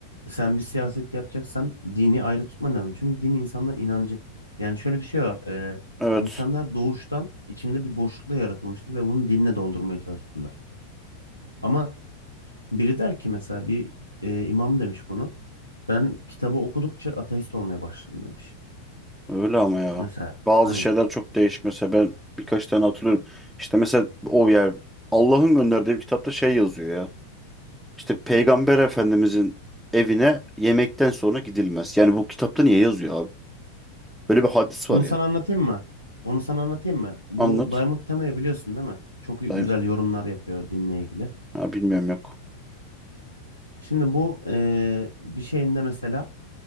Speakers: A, on the left; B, in the centre.
A: sen bir siyaset yapacaksan dini ayrı tutman lazım. Çünkü din insanların inancı. Yani şöyle bir şey var. E,
B: Evet.
A: insanlar doğuştan içinde bir boşlukla yaratılmıştır ve bunu dinle doldurmaya çalışırlar. Ama Biri der ki mesela bir e, imam demiş bunu. Ben kitabı okudukça ateist olmaya başladım demiş.
B: Öyle ama ya.
A: Mesela
B: Bazı
A: hani
B: şeyler çok değişik. Mesela ben birkaç tane hatırlıyorum. İşte mesela o yer Allah'ın gönderdiği bir kitapta şey yazıyor ya. İşte Peygamber Efendimizin evine yemekten sonra gidilmez. Yani bu kitapta niye yazıyor abi? Böyle bir hadis
A: onu
B: var ya.
A: sana anlatayım mı? Onu sana anlatayım mı? Bu
B: Anlat.
A: Diamond Tema'yı biliyorsun değil mi? Çok güzel
B: Ben-
A: yorumlar yapıyor dinle ilgili.
B: Ha, bilmiyorum yok.
A: Şimdi bu e, bir şeyinde mesela